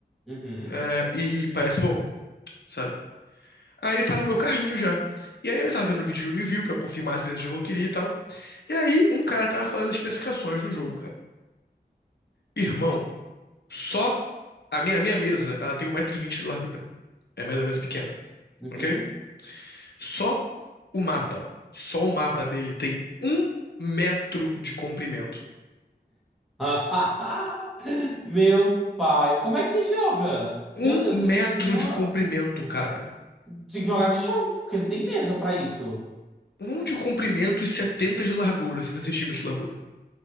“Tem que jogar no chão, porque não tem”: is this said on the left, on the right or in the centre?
Centre